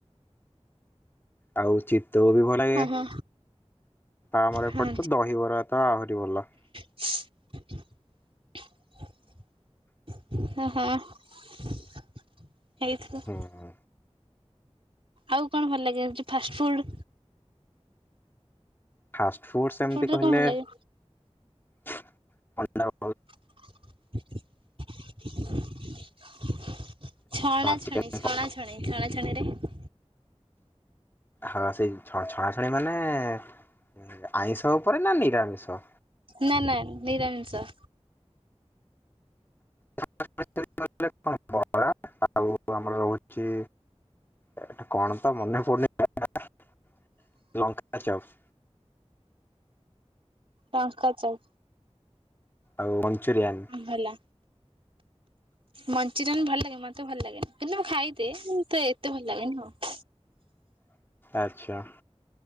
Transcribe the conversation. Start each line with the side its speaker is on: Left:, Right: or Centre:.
Left: ଆଉ ଚିତ୍ତଉ ବି ଭଲ ଲାଗେ
Right: ଓହୋ।
Left: ଆମର
Right: ହଁ
Left: ଏପଟେ ତ ଦହିବରା ତ ଆହୁରି ଭଲ।
Right: <inaudible> ହଁ ହଁ ହେଇଥିବ।
Left: ହୁଁ।
Right: ଆଉ କଣ ଭଲ ଲାଗେ ହଉଚି ଫାଷ୍ଟ ଫୁଡ୍?
Left: ଫାଷ୍ଟ ଫୁଡ ସେମିତି
Right: ରେ
Left: କହିଲେ
Right: କଣ ଭଲ ଲାଗେ?
Left: <unintelligible>
Right: <inaudible> ଛଣାଛଣି ଛଣା ଛଣି ଛଣା
Left: ଚିକେନ
Right: ଛଣିରେ?
Left: ହଁ ସେଇ ଛ ଛଣାଛଣି ମାନେ-ଏ-ଏ-ଏ ଆଇଁଷ ଉପରେ ନା ନିରାମିଷ?
Right: ନା ନା ନିରାମିଷ।
Left: <unintelligible> ବରା ଆଉ ଆମର ହଉଛି ଏଟା କଣ ତ ମନେ ପଡୁନି <unintelligible> ଲଙ୍କା ଚପ।
Right: ତାଙ୍କ ଚପ୍।
Left: ଆଉ ମଞ୍ଚୁରିଆନ।
Right: ହେଲା। ମଞ୍ଚୁରିଆନ ଭଲ ଲାଗେ ମତେ ଭଲ ଲାଗେନି କିନ୍ତୁ ମୁଁ ଖାଇ ଦିଏ କିନ୍ତୁ ଏତେ ଭଲ ଲାଗେନି ଆଉ।
Left: ଆଛା।